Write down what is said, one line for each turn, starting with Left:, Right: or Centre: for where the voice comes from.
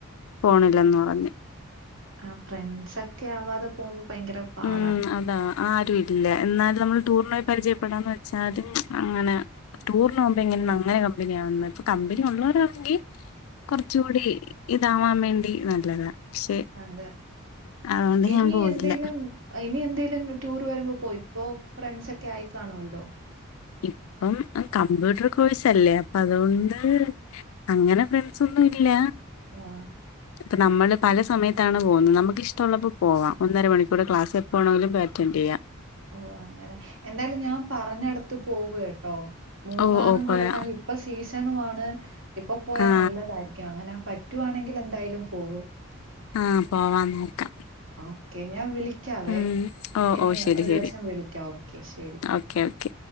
Left: പോണില്ലന്ന് പറഞ്ഞ്
Right: ആഹ് ഫ്രണ്ട്സ് ഒക്കെ ആവാതെ പോകുമ്പോ ഭയങ്കര- പാടാ.
Left: ഉം അതാ ആരുയില്ല എന്നാലും നമ്മൾ ടൂറിന്പോയി പരിചയപ്പെടാന്ന് വെച്ചാലും അങ്ങനെ- ടൂറിന് പോവുമ്പോ എങ്ങനെ
Right: ഉം.
Left: അങ്ങനെ കമ്പനിയാകുന്നെ ഇപ്പൊ കമ്പനി ഒള്ളോരാണെങ്കി- കൊറച്ചൂടി ഇതാവാംമേണ്ടി നല്ലതാ. പക്ഷെ
Right: അതെ
Left: അതുകൊണ്ട്
Right: ഇനി
Left: ഞാൻ പോയില്ല
Right: എന്തേലും- ഇനി എന്തേലും ടൂറ് വരുമ്പോ പോയി ഇപ്പോ ഫ്രണ്ട്സ് ഒക്കെ ആയിക്കാണുവല്ലോ
Left: ഇപ്പം ആഹ് കമ്പ്യൂട്ടർ കോഴ്സല്ലേ അപ്പ അതുകൊണ്ട്- അങ്ങനെ ഫ്രണ്ട്സൊന്നും ഇല്ല
Right: ആഹ്.
Left: ഇപ്പം നമ്മള് പല സമയത്താണ് പോകുന്നത് നമുക്ക് ഇഷ്ടോള്ളപ്പോ പോകാം ഒന്നരണിക്കൂറ് ക്ലാസ് എപ്പോവേണെങ്കിലും പോയ്‌ അറ്റന്റ് ചെയ്യാം
Right: ഓഹ് അങ്ങനെ എന്തായാലും ഞാൻ പറഞ്ഞടുത്ത് പോകു കേട്ടോ മൂന്നാറും
Left: ഓ ഓ പോയാ
Right: കൊടെക്കനാലും ഇപ്പ സീസണു ആണ് ഇപ്പൊ പോയാ
Left: ആ
Right: നല്ലതാരിക്കും അങ്ങനെ പറ്റ് പറ്റുവാണെങ്കിൽ എന്തായാലും പോവും
Left: ആഹ് പോവാൻ നോക്കാം
Right: ഓക്കെ ഞാൻ വിളിക്കാവേ
Left: ഉം ഓ
Right: ഇനി
Left: ഓ ശരി
Right: ഒരു പ്രാവശ്യം
Left: ശരി
Right: വിളിക്കാം ഓക്കെ ശരി
Left: ഓക്കെ ഓക്കെ